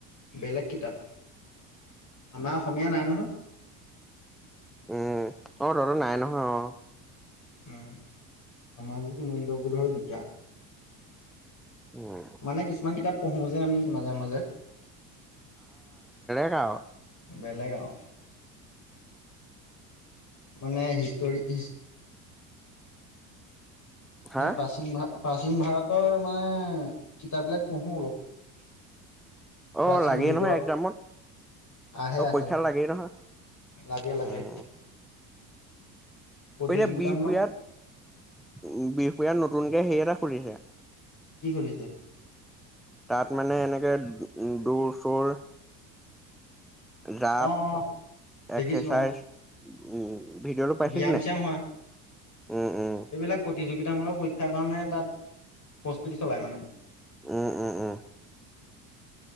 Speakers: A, on the left (about 35°); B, in the centre.
A: বেলেগ কিতাপ আমাৰ অসমীয়া নাই নহয়।
B: উম অ ত তহঁত নাই নহয় অ
A: উম সামাজিক মূল্যবোধৰ বিকাশ
B: উম
A: মানে কিছুমান কিতাপ পঢ়োঁ যে আমি মাজে মাজে
B: অ।
A: বেলেগ আও। মানে হিষ্টৰি হিষ
B: হা
A: নে প্ৰাচীন ভা প্ৰাচীন ভাৰতৰ মানে কিতাপ বিলাক পঢ়ো অলপ। প্ৰাচীন
B: অ লাগেই
A: যুগৰ
B: নহয় একজামত
A: আহে
B: অ
A: আহে
B: পৰীক্ষা লাগেই নহয়
A: লাগে লাগে
B: উম
A: প্ৰতিযোগিতামূলক
B: এতিয়া বিহপুৰীয়াত উম বিহ এই এয়াত নতুনকে সেই এটা খুলিছে
A: কি খুলিছে?
B: তাত মানে এনেকে দৌৰ চৌৰ জাপ
A: অ অ দেখিছো
B: এক্সাৰচাইজ
A: অ
B: উম। ভিডিঅ'টো পাইছিলি
A: ব্যায়াম
B: নাই
A: চ্যাম হয়
B: উম, উম,
A: এইবিলাক প্ৰতিযোগি মুলক পৰীক্ষাৰ কাৰণে তাত প্ৰস্তুতি চলাই মানে।
B: উম, উম,
A: <inaudible>
B: উম,